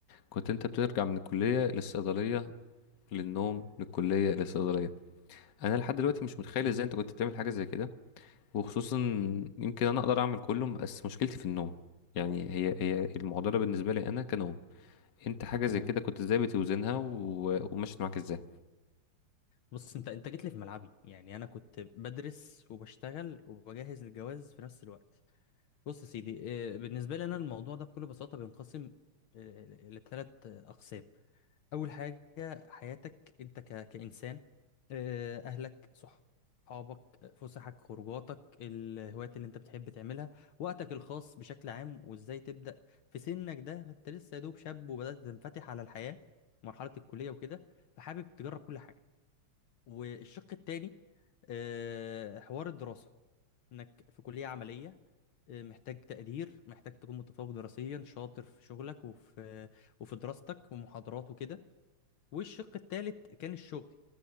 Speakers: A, on the left; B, on the left.
A: كنت انت بترجع من الكليه للصيدليه للنوم للكلية للصيدلية انا لحد دلوقتي مش متخيل
B: أمم.
A: ازاي انت كنت بتعمل حاجه زي كده وخصوصا يمكن انا اقدر اعمل كله بس مشكلتي في النوم يعني هي هي المعضله بالنسبه لي انا كنوم انت حاجه
B: تمام
A: زي كده كنت ازاي بتوزنها و... ومشيت معاك ازاي
B: بص انت انت جيت لي في ملعبي يعني انا كنت بدرس وبشتغل وبجهز للجواز في نفس الوقت بص يا سيدي آه، بالنسبه لي انا الموضوع ده بكل بساطه بينقسم لثلاث اقسام اول حاجه حياتك انت ك... كانسان آه، اهلك صحابك آه، فسحك خروجاتك الهوايات اللي انت بتحب تعملها وقتك الخاص بشكل عام وازاي تبدا في سنك ده انت لسه يا دوب شاب وبدات تنفتح على الحياه مرحله الكليه وكده فحابب تجرب كل حاجه والشق التاني آه، حوار الدراسه انك في كليه عمليه آه، محتاج تقدير محتاج تكون متفوق دراسيا شاطر في شغلك وفي وفي دراستك ومحاضرات وكده والشق التالت كان الشغل